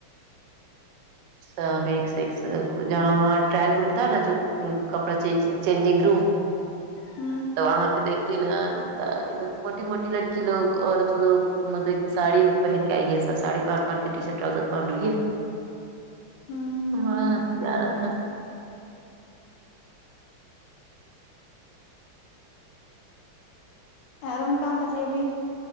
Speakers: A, on the right; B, on the left.
A: سب ایک سے ایک ہے سب جہاں ٹرائل روم تھا نا جو امم کپڑا چینج چینجنگ روم
B: امم
A: تو وہاں پہ دیکھتی نا سارے لوگ چوٹی موٹی لڑکی لوگ عورت لوگ مطلب کہ ساڑی پہن کے آئی ہے ساڑی پہن پہن کے ٹی شٹ ٹراؤزر پہن رہی ہے
B: ہوں
A: ہمبا ہنسی رہ تھا <unintelligible>
B: ارم کیا کر رہی ہے ابھی